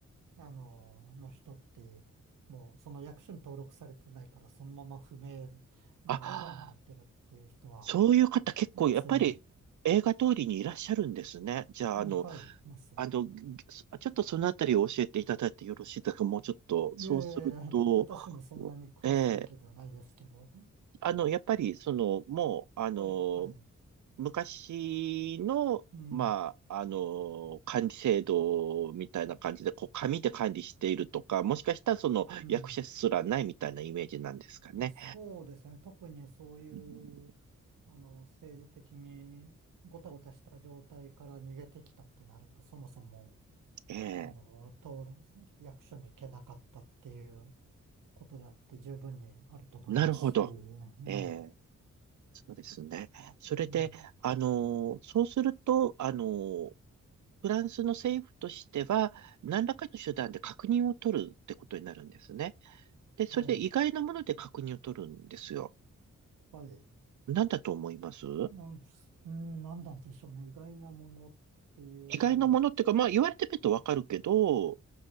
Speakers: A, on the right; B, on the right.
A: あの、の人って、もうその役所に登録されてないから、そのまま不明のままになってるっていう人は
B: あ、そういう方結構やっぱり映画通りにいらっしゃるんですね。
A: いますよね。
B: じゃあ、
A: ねはい、
B: あの、
A: います。
B: あの、ぎちょっとそのあたりを教えていただいてよろしいですかもうちょっと、
A: いやいやいや、
B: そうすると、
A: 私もそんなに詳しいわけではないですけど、
B: ええあの、やっぱり、その、もう、あの、
A: はいう、はい、
B: 昔の、
A: うん、
B: まあ、あの、管理制度みたいな感じで、こう、紙で管理しているとか、もしかしたら、その、
A: うん。
B: 役者すらないみたいなイメージなんですかね。
A: あ、そうですね。特にそうい
B: うん
A: う、あの、政治的にごたごたした状態から逃げてきたってなると、そもそも、
B: ええ、
A: あの、通る役所に行けなかったっていう、ことだって十分にあると思いますし、
B: なるほど。
A: ええ、
B: ええ、そうですね。それで、
A: え
B: あの、そうすると、あの、フランスの政府としては、何らかの手段で確認を取るってことになるんですね。で、それで意外なもので確認を取るんですよ。
A: はい、はい。
B: なんだと思います
A: なん、うん、なんだでしょうね。意外なものっていう、
B: 意外なものっていうか、まあ言われてみるとわかるけど、